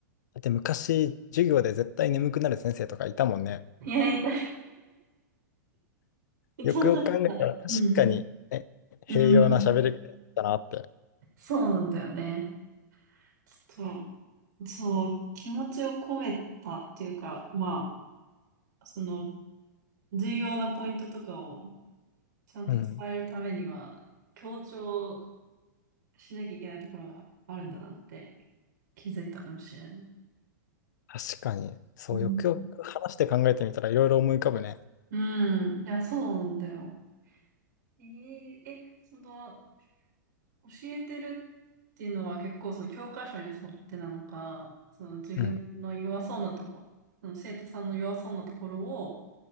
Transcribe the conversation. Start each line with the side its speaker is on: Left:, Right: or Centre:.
Left: だって昔授業で絶対眠くなる先生とかいたもんね。
Right: <laughs> いや、痛い。
Left: よくよく考えたら、
Right: ちょっと、
Left: 確かに、
Right: うん。
Left: ね、
Right: うん。
Left: 平洋な喋り方だったなって。
Right: そうなんだよね。ちょっと、そう、気持ちを込めたっていうか、まあ、その、重要なポイントとかをちゃんと伝えるためには、
Left: うん。
Right: 強調しなきゃいけないところがあるんだなって気づいたかもしれない。
Left: 確かに、そう、
Right: うん。
Left: よくよく話して考えてみたらいろいろ思い浮かぶね。
Right: うん。いや、そうなんだよ。えーえ、その、教えてるっていうのは結構その教科書に沿ってなのか、その自分の弱そうなとこ、
Left: うん。
Right: その生徒さんの弱そうなところを、